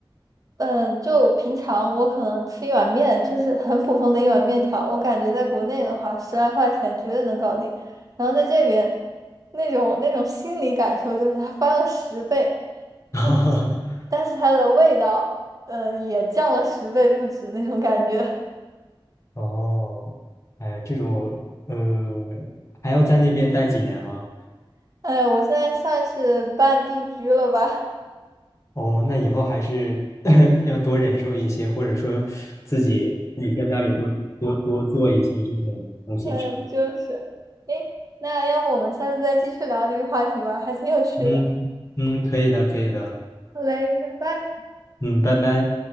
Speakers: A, on the right (about 40°); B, on the left (about 35°).
A: 嗯，就平常我可能吃一碗面，就是很普通的一碗面条，我感觉在国内的话，十来块钱绝对能搞定。然后在这边，那种那种心理感受就是它翻了十倍
B: <laughs>
A: 不止，但是它的味道，呃，也降了十倍不止那种感觉。
B: 哦，哎，这种呃，还要在那边待几年吗？
A: <laughs> 哎，我现在算是半定居了吧？
B: 哦，那以后还是 <laughs> 要多忍受一些，或者说自己你在家里多多多做一些这种东西吃。
A: 嗯，就是。诶，那要不我们下次再继续聊这个话题吧，还挺有趣的。
B: 嗯嗯，可以的，可以的。
A: 好嘞，拜拜。
B: 嗯，拜拜。